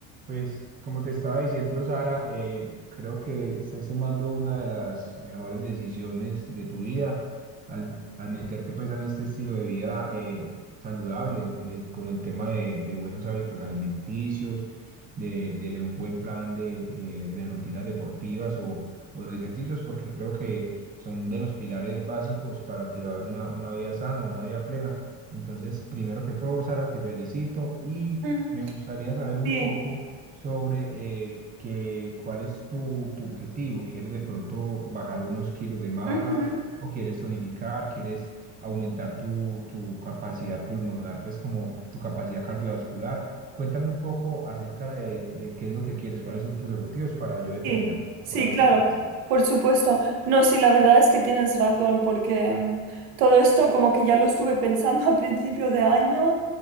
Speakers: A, on the right; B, on the right.
A: Pues como te estaba diciendo, Sara, eh, creo que estás tomando una de las mejores decisiones de tu vida al, al meterte pues en este estilo de vida eh, saludable, eh, con el tema de, de buenos hábitos alimenticios, de, de un buen plan de, de- de rutinas deportivas o, o de ejercicios, porque creo que son de los pilares básicos para llevar una, una vida sana, una vida plena. Entonces, primero que todo, Sara, te felicito y
B: Mm,
A: me gustaría saber un
B: Sí,
A: poco sobre eh, que, cuál es tu, tu objetivo. ¿Quieres de pronto bajar unos kilos de más
B: ujú,
A: o quieres tonificar? ¿Quieres aumentar tu, tu capacidad pulmonar, pues como tu capacidad cardiovascular? Cuéntame un poco acerca de, de qué es lo que quieres, cuáles son tus objetivos para yo determinar
B: sí,
A: cómo
B: sí,
A: podemos
B: claro,
A: comenzar.
B: por supuesto. No, sí, la verdad es que tienes razón, porque mm, todo esto como que ya lo estuve pensando <laughs> a principio de año